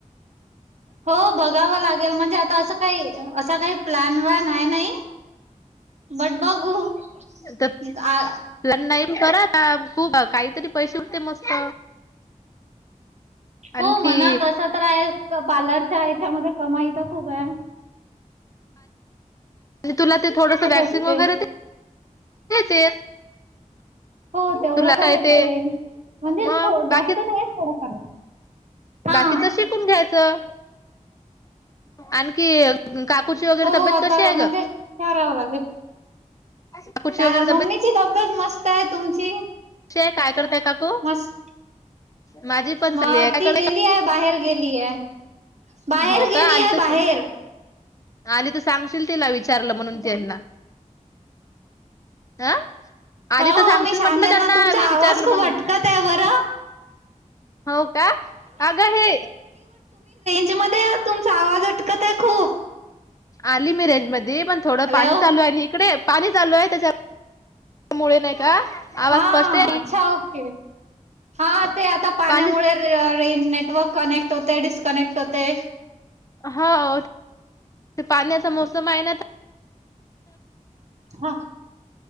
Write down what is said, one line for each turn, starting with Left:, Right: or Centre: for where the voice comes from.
Right: हो बघावं लागेल म्हणजे आता असं काही असं काही प्लन वान आहे नाही बट बघू
Left: तर
Right: आ
Left: प्लॅन नाही करा खूप काहीतरी पैसे उठते मस्त आणखी
Right: हो म्हणत असं तर आहे पार्लरच्या याच्यामध्ये कमाई तर क का
Left: आणि तुला ते थोडस वॅक्सिंग
Right: असते
Left: वगैरे ह
Right: हो तेवढं
Left: तुला
Right: तर
Left: काय
Right: येते.
Left: ते
Right: म्हणजे
Left: मग
Right: जास्त
Left: बाकीच
Right: नाही थोडं करायचं हा
Left: बाकीच शिकून घ्यायचं आणखी काकूची वगैरे
Right: हो
Left: तब्येत
Right: आता
Left: कशी आहे
Right: म्हणजे
Left: ग?
Right: च राहावं लागेल
Left: काकूची
Right: का
Left: वगैरे
Right: मम्मीची
Left: तब्येत
Right: तब्येत मस्त आहे तुमची
Left: ते काय करताय काकू
Right: मस्त
Left: माझी पण
Right: मग
Left: चांगली आहे काय
Right: ती
Left: करताय
Right: गेली आहे बाहेर गेलीय बाहेर
Left: हो का
Right: गेलीय
Left: आली तर
Right: बाहेर
Left: आली तर सांगशील तिला विचारलं म्हणून त्यांना हं आधी
Right: हो
Left: तर
Right: हो
Left: सांगशील
Right: मी सांगेल
Left: म्हटलं त्यांना
Right: ना तुमचा
Left: मी विचारलं
Right: आवाज खूप
Left: म्हणून
Right: अटकत आहे बरं
Left: हो का अग हे
Right: त्या मध्ये तुमचा आवाज अटकत आहे खूप
Left: आली मी रेंट मध्ये पण थोडं
Right: हॅलो
Left: पाणी चालू आहे इकडे पाणी चालू आहे त्याच्यामुळे नाही का आवाज
Right: हा
Left: स्पष्ट आहे
Right: अच्छा ओके हा ते आता पाण्यामुळे
Left: पाणी
Right: रे अ न नेटवर्क कनेक्ट होते डिस्कनेक्ट होते
Left: हो पाण्याचा मोसम आहे ना
Right: हा